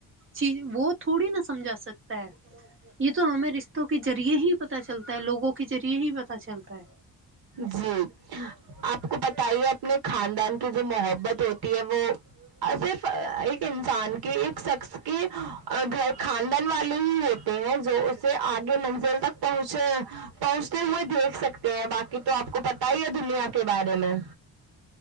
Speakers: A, on the right; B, on the right.
A: چیز وہ تھوڑی نہ سمجھا سکت یہ تو ہمیں رشتوں کے جریعے ہی پتا چلتا ہے لوگوں کے جریعے ہی پتا چلتا ہے
B: جی آپ کو پتائیے اپنے خاندان کی جو محبت ہوتی ہے وہ صرف ایک انسان کی ایک شخص کی گھر خاندان والے ہی ہوتے ہیں جو اسے آگے منزل تک پہنچ پہنچتے ہوئے دیکھ سکتے ہیں باقی تو آپ کو پتا ہی ہے دنیا کے بارے میں